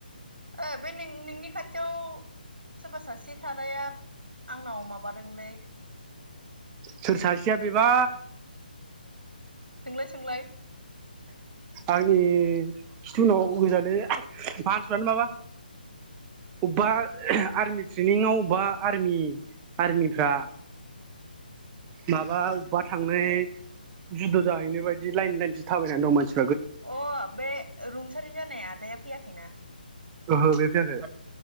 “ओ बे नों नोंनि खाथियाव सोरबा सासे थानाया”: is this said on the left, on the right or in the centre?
Right